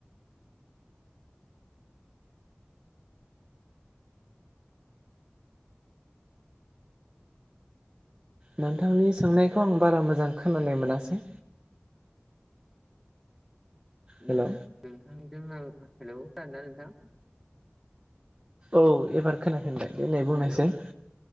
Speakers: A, on the right; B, in the centre.
A: नोंथांनि सोंनायखौ आं बारा मोजां खोनानाय मोनासै हेलौ
B: नोंथांजों आं हेलौ सार ना नोंथां
A: औ एबार खोनफिनबाय दनाय बुंनोसै
B: हेलौ